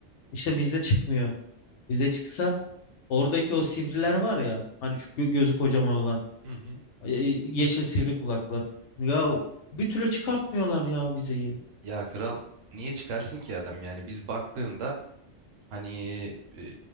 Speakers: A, on the left; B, on the right.
A: İşte vize çıkmıyor. Vize çıksa oradaki o sivriler var ya hani şu gö- gözü kocaman olan.
B: Hı hı.
A: E, yeşil sivri kulaklar. Ya bir türlü çıkartmıyorlar ya vizeyi.
B: Ya kral niye çıkarsın ki adam yani biz baktığında hani e,